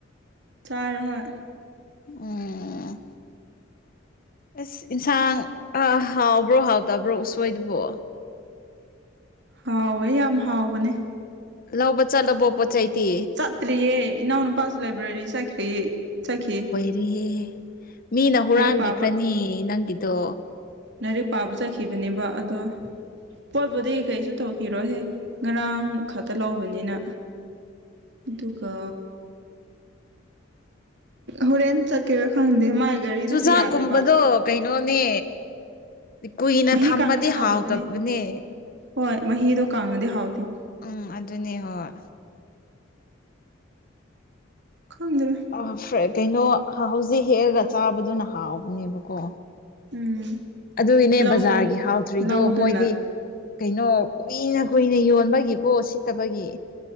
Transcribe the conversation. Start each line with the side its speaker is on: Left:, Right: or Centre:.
Right: ꯆꯥꯎꯥꯔ ꯍꯣꯏ
Left: ꯑꯣꯝ ꯑꯁ ꯏꯟꯁꯥꯡ ꯍꯥꯎꯕ꯭ꯔꯣ ꯍꯥꯎꯇꯕ꯭ꯔꯣ ꯎꯁꯣꯏꯗꯨꯕꯣ
Right: ꯍꯥꯎꯋꯦ ꯌꯥꯝ ꯍꯥꯎꯕꯅꯦ
Left: ꯂꯧꯕꯠ ꯆꯂꯕꯣꯄꯠ ꯆꯩꯇ
Right: ꯆꯠꯇ꯭ꯔꯤꯌꯦ ꯏꯅꯥꯎꯅꯨꯄꯥꯁꯨ ꯂꯥꯏꯕ꯭ꯔꯦꯔꯤ ꯆꯠꯈꯤꯔꯤꯌꯦ ꯆꯠꯈꯤꯌꯦ
Left: ꯍ ꯃꯤꯅ ꯍꯨꯔꯥꯟꯕꯤꯈ꯭ꯔꯅꯤ
Right: ꯄꯥꯕ
Left: ꯅꯪꯒꯤꯗꯣ
Right: ꯂꯥꯏꯔꯤꯛ ꯄꯥꯕ ꯆꯠꯈꯤꯕꯅꯦꯕ ꯑꯗꯣ ꯄꯣꯠꯄꯨꯗꯤ ꯀꯩꯁꯨ ꯇꯧꯈꯤꯔꯣꯍꯦ ꯉꯔꯥꯡ ꯈꯛꯇ ꯂꯧꯕꯅꯤꯅ ꯑꯗꯨꯒ ꯍꯣꯔꯦꯟꯅ ꯆꯠ ꯀꯔ ꯈꯪꯗ ꯃꯥꯏ ꯒꯥꯔꯤꯗꯨꯁꯨ
Left: ꯆꯨꯖꯥꯛ
Right: ꯌꯥꯗꯦꯕ
Left: ꯀꯨꯝꯕꯗꫭ ꯀꯩꯅꯣꯅꯦ ꯀꯨꯏꯅ
Right: ꯃꯍꯤ
Left: ꯊꯝꯃꯗꯤ
Right: ꯀꯥꯡꯗꯤ ꯍꯥꯎꯗꯕꯅꯦ
Left: ꯍꯥꯎꯇꯕꯅꯦ
Right: ꯍꯣꯏ ꯃꯍꯤꯗꯣ ꯀꯪꯉꯗꯤ ꯍꯥꯎꯇꯦ
Left: ꯎꯝ ꯑꯗꯨꯅꯦ ꯍꯣꯏ
Right: ꯈꯪꯗ꯭ꯔꯦ
Left: ꯑ ꯐꯦꯠ ꯀꯩꯅꯣ ꯍꯧꯖꯤꯛ ꯍꯦꯛꯑꯒ ꯆꯥꯕꯗꯨꯅ ꯍꯥꯎꯕꯅꯦꯕꯀꯣ
Right: ꯎꯝ
Left: ꯑꯗꯨꯒꯤꯅꯦ
Right: ꯂꯧꯗ
Left: ꯕꯖꯥꯔꯒꯤ ꯍꯥꯎꯇꯔꯤꯗꯣ
Right: ꯂꯧꯗꯨꯅ
Left: ꯃꯣꯏꯗꯤ ꯀꯩꯅꯣ ꯀꯨꯏꯅ ꯀꯨꯏꯅ ꯌꯣꯟꯕꯒꯤꯀꯣ ꯁꯤꯠꯇꯕꯒꯤ